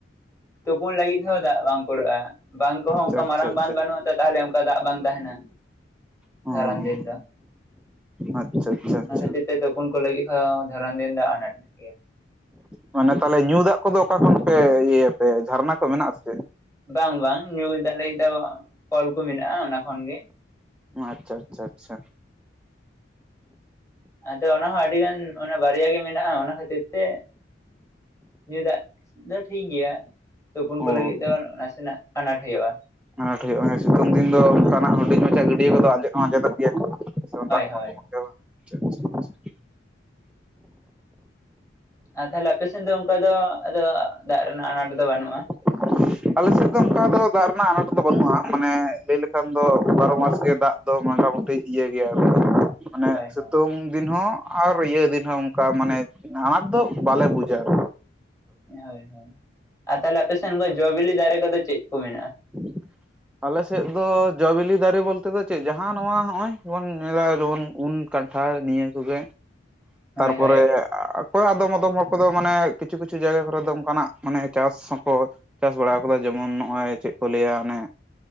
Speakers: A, on the left; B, in the centre.
A: ᱛᱩᱯᱩ ᱞᱟᱹᱜᱤᱫ ᱦᱚᱸ ᱫᱟᱜ ᱵᱟᱝ ᱠᱩᱲᱟᱹᱜᱼᱟ ᱵᱟᱸᱫᱷ ᱠᱚᱦᱚᱸ
B: ᱟᱪᱪᱷᱟ
A: ᱚᱱᱠᱟ
B: ᱟᱪᱪᱷᱟ
A: ᱢᱟᱨᱟᱝ
B: ᱟᱪᱪᱷᱟ
A: ᱵᱟᱸᱫᱷ ᱵᱟᱹᱱᱩᱜᱼᱟ ᱛᱟᱦᱚᱞᱮ ᱚᱱᱠᱟ ᱫᱟᱜ ᱵᱟᱝ ᱛᱟᱦᱮᱱᱟ
B: ᱦᱚᱸ
A: ᱫᱷᱚᱨᱟᱱ ᱫᱤᱱ ᱫᱚ
B: ᱟᱪᱪᱷᱟ ᱟᱪᱪᱷᱟ
A: ᱚᱱᱟ
B: ᱟᱪᱪᱷᱟ
A: ᱠᱷᱟᱹᱛᱤᱨ ᱛᱯᱩᱱ ᱠᱚ ᱞᱟᱹᱜᱤᱫ ᱫᱷᱚᱨᱚᱱ ᱫᱤᱱ ᱫᱚ ᱟᱱᱟᱴ ᱱᱚᱜ ᱜᱮᱟᱭ
B: ᱢᱟᱱᱮ ᱛᱟᱦᱚᱞᱮ ᱧᱩ ᱫᱟᱜ ᱠᱚᱫᱚ ᱚᱠᱟ ᱠᱷᱚᱱ ᱯᱮ ᱤᱭᱟᱹᱭᱟᱯᱮ ᱡᱷᱟᱨᱱᱟ ᱠᱚ ᱢᱮᱱᱟᱜᱼᱟ ᱥᱮ ᱪᱮᱫ
A: ᱵᱟᱝ ᱵᱟᱝ ᱧᱩ ᱫᱟᱜ ᱞᱟᱹᱜᱤᱫ ᱫᱚ ᱠᱚᱞ ᱠᱚ ᱢᱮᱱᱟᱜᱼᱟ ᱚᱱᱟ ᱠᱷᱚᱱ ᱜᱮ
B: ᱟᱪᱪᱷᱟ ᱟᱪᱪᱷᱟ ᱟᱪᱪᱷᱟ
A: ᱟᱫᱚ ᱚᱱᱟ ᱦᱚᱸ ᱟᱹᱰᱤ ᱜᱟᱱ ᱚᱱᱟ ᱵᱟᱨᱭᱟ ᱜᱮ ᱢᱮᱱᱟᱜᱼᱟ ᱚᱱᱟ ᱠᱷᱟᱹᱛᱤᱨ ᱠᱷᱟᱹᱛᱤᱨ ᱛᱮ ᱧᱩ ᱫᱟᱜ ᱫᱚ ᱴᱷᱤᱠ ᱜᱮᱭᱟ ᱛᱩᱯᱩᱱ ᱠᱩ
B: ᱚ
A: ᱞᱟᱹᱜᱤᱫ ᱫᱚ ᱱᱟᱥᱮᱱᱟᱜ ᱟᱱᱟᱴ ᱦᱩᱭᱩᱜᱼᱟ
B: ᱟᱱᱟᱴ ᱦᱩᱭᱩᱜ ᱥᱤᱛᱩᱝ ᱫᱤᱱ ᱫᱚ
A: ᱦᱳᱭ
B: ᱚᱱᱠᱟᱱᱟᱜ ᱦᱩᱰᱤᱧ ᱢᱟᱪᱷᱟ ᱜᱟᱹᱰᱭᱟᱹ ᱠᱚ ᱟᱸᱡᱮᱫ ᱦᱚᱸ ᱟᱡᱮᱫᱚ ᱜᱮᱭᱟ ᱥᱮ ᱫᱟᱜ
A: ᱦᱳᱭ
B: ᱦᱚᱸᱠᱚᱢᱚᱜ ᱜᱮᱭᱟ ᱵᱟᱝ <unintelligible>
A: ᱟᱨ ᱛᱟᱦᱚᱞᱮ ᱟᱯᱮᱥᱮᱫ ᱫᱚ ᱚᱱᱠᱟ ᱫᱚ ᱫᱟᱜ ᱨᱮᱱᱟᱜ ᱟᱱᱟᱴ ᱫᱚ ᱵᱟᱹᱱᱩᱜᱼᱟ
B: <unintelligible> ᱟᱞᱮᱥᱮᱫ ᱫᱚ ᱚᱱᱠᱟ ᱫᱚ ᱫᱟᱜ ᱨᱮᱱᱟᱜ ᱟᱱᱟᱴ ᱫᱚ ᱵᱟᱹᱱᱩᱜᱼᱟ ᱢᱟᱱᱮ ᱞᱟᱹᱭ ᱞᱮᱠᱷᱟᱱ ᱫᱚ ᱵᱟᱨᱚ ᱢᱟᱥ ᱜᱮ ᱫᱟᱜ ᱫᱚ ᱢᱚᱴᱟᱢᱩᱴᱤ ᱤᱭᱟᱹ ᱜᱮᱭᱟ ᱟᱨᱠᱤ ᱢᱟᱱᱮ
A: ᱦᱳᱭ
B: ᱥᱤᱛᱩᱝ
A: ᱦᱳᱭ
B: ᱫᱤᱱ ᱦᱚᱸ ᱟᱨ ᱤᱭᱟᱹ ᱫᱤᱱ ᱦᱚᱸ ᱚᱱᱠᱟ ᱢᱟᱱᱮ ᱟᱱᱟᱴ ᱫᱚ ᱵᱟᱞᱮ ᱵᱩᱡᱟ ᱟᱨ
A: ᱦᱳᱭ ᱦᱳᱭ ᱟᱨ ᱛᱟᱦᱚᱞᱮ ᱟᱯᱮᱥᱮᱫ ᱡᱚᱼ ᱵᱤᱞᱤ ᱫᱟᱨᱮ ᱠᱚᱫᱚ ᱪᱮᱫ ᱠᱚ ᱢᱮᱱᱟᱜᱼᱟ
B: <unintelligible> ᱟᱞᱮᱥᱮᱫ ᱫᱚ ᱡᱚᱵᱤᱞᱤ ᱫᱟᱨᱮ ᱵᱚᱞᱛᱮ ᱫᱚ ᱪᱮᱫ ᱡᱟᱦᱟᱸ ᱱᱚᱣᱟ ᱱᱚᱜᱼᱚᱭ ᱵᱚᱱ ᱧᱮᱞᱟ ᱡᱮᱢᱚᱱ ᱩᱞ ᱠᱟᱱᱴᱷᱟᱲ ᱱᱤᱭᱟᱹ ᱠᱚᱜᱮ ᱛᱟᱨᱯᱚᱨᱮ
A: ᱦᱳᱭ ᱦᱳᱭ
B: ᱚᱠᱚᱣᱟᱜ ᱫᱚᱢ ᱟᱫᱚᱢ ᱦᱚᱲ ᱠᱚᱫᱚ ᱢᱟᱱᱮ ᱠᱤᱪᱷᱩ ᱠᱤᱪᱷᱩ ᱡᱟᱭᱜᱟ ᱠᱚᱨᱮ ᱫᱚ ᱚᱱᱠᱟᱱᱟᱜ ᱢᱟᱱᱮ ᱪᱟᱥ ᱦᱚᱸᱠᱚ ᱪᱟᱥ ᱵᱟᱲᱟ ᱟᱠᱟᱫᱟ ᱡᱮᱢᱚᱱ ᱱᱚᱜᱼᱚᱭ ᱪᱮᱫ ᱠᱚ ᱞᱟᱹᱭᱟ ᱚᱱᱮ